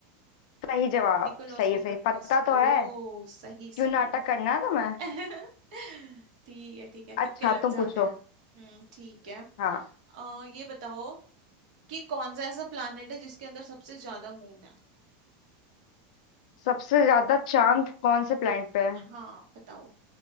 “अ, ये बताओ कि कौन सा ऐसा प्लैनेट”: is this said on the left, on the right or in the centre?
Right